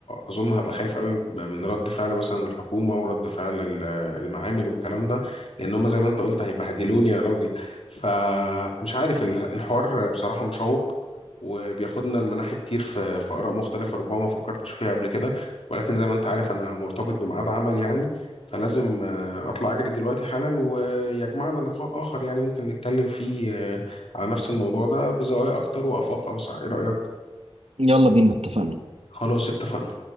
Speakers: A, on the left; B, on the right.
A: اظن هبقى خايف قوي من رد فعل مثلا الحكومه ورد فعل ال- المعامل والكلام ده لان هم زي ما انت قلت هيبهدلوني يا راجل فمش عارف ال- الحوار بصراحه مشوق وبياخدنا لمناحي كتير في في آراء مختلفة ربما ما فكرتش فيها قبل كده ولكن زي ما أنت عارف أنا مرتبط بميعاد عمل يعني فلازم آه، أطلع أجري دلوقتي حالا ويجمعنا لقاء آخر يعني ممكن نتكلم فيه على نفس الموضوع ده بزوايا أكتر وآفاق أوسع إيه رأيك؟
B: يلا بينا اتفقنا
A: خلاص اتفقنا